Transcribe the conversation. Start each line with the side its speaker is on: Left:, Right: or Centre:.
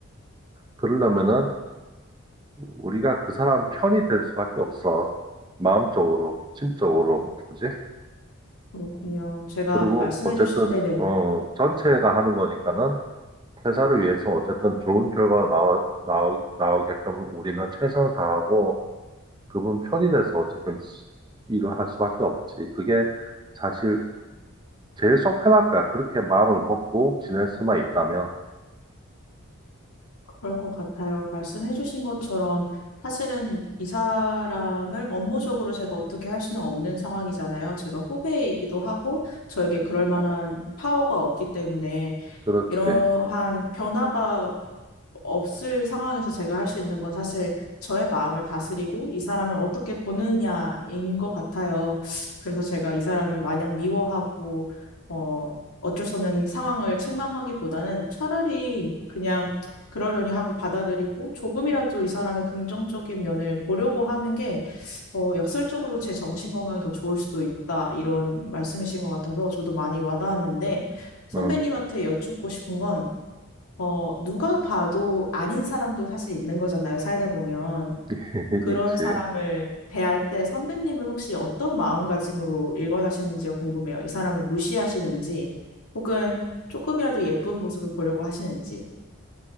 Right: 그러려면은 우리가 그 사람 편이 될 수밖에 없어. 마음적으로, 심적으로, 그지?
Left: 그렇군요. 제가
Right: 그리고
Left: 말씀해
Right: 어쨌든
Left: 주신, 네네,
Right: 어 전체가 하는 거니까는 회사를 위해서 어쨌든 좋은 결과가 나와 나오, 나오게끔 우리는 최선을 다하고 그분 편이 돼서 어쨌든 일을 할 수밖에 없지. 그게 사실 제일 속 편할 거야. 그렇게 마음을 먹고 지낼 수만 있다면.
Left: 그럴 것 같아요. 말씀해 주신 것처럼 사실은 이 사람을 업무적으로 제가 어떻게 할 수는 없는 상황이잖아요. 제가 후배이기도 하고 저에게 그럴 만한 파워가 없기 때문에
Right: 그렇지.
Left: 이러한 변화가 없을 상황에서 제가 할 수 있는 건 사실 저의 마음을 다스리고 이 사람을 어떻게 보느냐인 것 같아요. 그래서 제가 이 사람을 마냥 미워하고, 어, 어쩔 수 없는 상황을 책망하기보다는 차라리 그냥 그러려니 하고 받아들이고 조금이라도 이 사람의 긍정적인 면을 보려고 하는 게, 어, 역설적으로 제 정신 건강이 더 좋을 수도 있다. 이런 말씀이신 것 같아서 저도 많이 와닿았는데, 선배님한테
Right: 음,
Left: 여쭙고 싶은 건 어, 누가 봐도 아닌 사람도 사실 있는 거잖아요, 살다 보면.
Right: <laughs>
Left: 그런
Right: 있지.
Left: 사람을 대할 때 선배님은 혹시 어떤 마음가짐으로 일관하시는지가 궁금해요. 이 사람을 무시하시는지, 혹은 조금이라도 예쁜 모습을 보려고 하시는지.